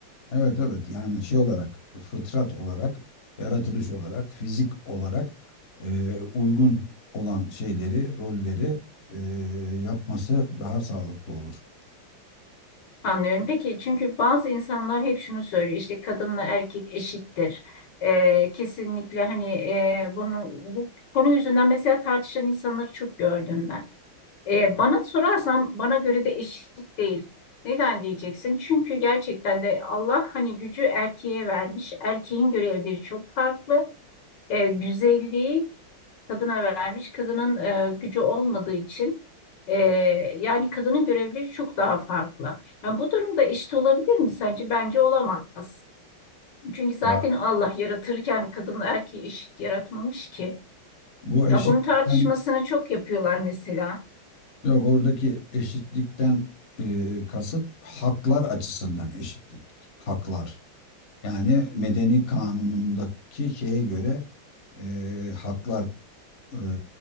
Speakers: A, on the left; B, on the left.
A: Evet evet yani şey olarak fıtrat olarak yaratılış olarak fizik olarak e, uygun olan şeyleri rolleri e, yapması daha sağlıklı olur.
B: Anlıyorum. Peki çünkü bazı insanlar hep şunu söylüyor işte kadınla erkek eşittir. Ee, kesinlikle hani e, bunu bu konu yüzünden mesela tartışan insanları çok gördüm ben. E, bana sorarsan bana göre de eşit değil. Neden diyeceksin? Çünkü gerçekten de Allah hani gücü erkeğe vermiş. Erkeğin görevleri çok farklı. E, güzelliği kadına vermiş. Kadının e, gücü olmadığı için e, yani kadının görevleri çok daha farklı. Yani bu durumda eşit olabilir mi sence? Bence olamaz. Çünkü zaten
A: Ya.
B: Allah yaratırken kadın erkeği eşit yaratmamış ki.
A: Bu eşitlikten
B: Ya bunun tartışmasını çok yapıyorlar mesela.
A: Yok oradaki eşitlikten e, kasıt haklar açısından eşitlik. Haklar. Yani medeni kanunundaki şeye göre e, haklar e,